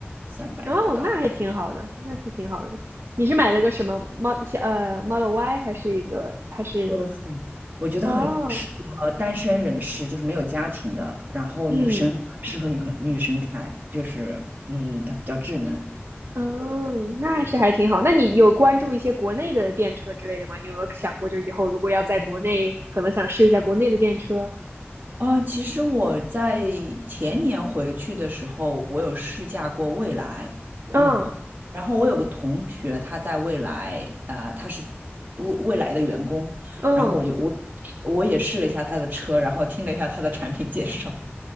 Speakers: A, on the right; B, on the right.
A: 三百多刀。
B: 哦，那还挺好的，那是挺好的。你是买了个什么 Mod e l 呃 Model Y 还是一个还是
A: 哇塞，我觉得很适合单身人士，
B: 哦，
A: 就是没有家庭的，然后女生很适合女很女生开，
B: 嗯。
A: 就是嗯，它比较智能。
B: 嗯，那是还挺好。那你有关注一些国内的电车之类的吗？你有没有想过，就以后如果要在国内，可能想试一下国内的电车？
A: 啊。其实我在前年回去的时候，我有试驾过蔚来，
B: 嗯
A: 嗯，然后我有个同学，他在蔚来，啊、他是蔚蔚来的员工，
B: 嗯，
A: 然后我就我我也试了一下他的车，然后听了一下他的产品介绍，